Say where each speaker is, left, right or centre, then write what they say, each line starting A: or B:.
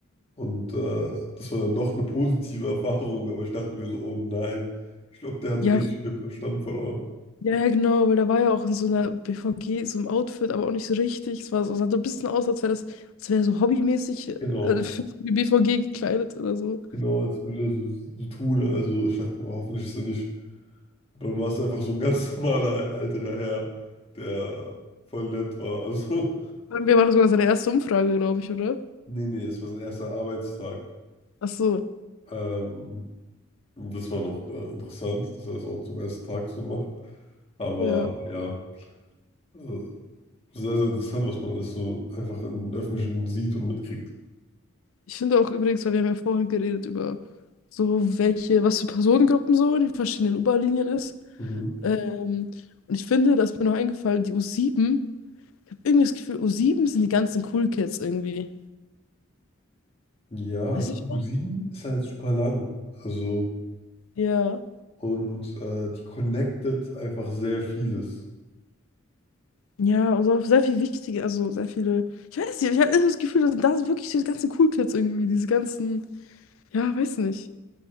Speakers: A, on the left; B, on the left.
A: Und äh, das war dann doch eine positive Erfahrung, aber ich dachte mir so, oh nein, ich glaube, der hat
B: ja,
A: richtig den Verstand verloren.
B: ja, ja, genau, weil da war ja auch in so einer BVG, so einem Outfit, aber auch nicht so richtig. Es war so, sah so ein bisschen aus, als wäre das, als wäre so hobbymäßig
A: Genau,
B: äh, <laughs> für die BVG gekleidet oder so.
A: genau, als würde er so, so tun. Also ich dachte, oh, hoffentlich ist er nicht. Aber dann war es einfach so ein ganz <laughs> normaler älterer Herr, der voll nett war. Also,
B: Und Wir waren sogar seine erste Umfrage, glaube ich, oder?
A: <laughs> nee, nee, es war sein erster Arbeitstag.
B: Ach so,
A: Ähm, das war noch äh, interessant, dass er das auch zum ersten Tag so macht. Aber
B: ja.
A: ja, äh, sehr, sehr interessant, was man alles so einfach im Öffentlichen sieht und mitkriegt.
B: Ich finde auch übrigens, weil wir haben ja vorhin geredet über so welche, was für Personengruppen so in den verschiedenen U-Bahn-Linien ist.
A: Mhm.
B: Ähm, und ich finde, da ist mir noch eingefallen, die u sieben. ich habe irgendwie das Gefühl, u sieben sind die ganzen Cool Kids irgendwie.
A: Ja,
B: Weiß
A: also
B: ich
A: die U7
B: noch?
A: ist halt super lang. Also,
B: Ja.
A: und äh, die connectet einfach sehr vieles.
B: Ja, also sehr viel wichtige, also sehr viele. Ich weiß nicht, ich habe das Gefühl, dass das wirklich diese ganzen Cool Kids irgendwie, diese ganzen, ja, weiß nicht.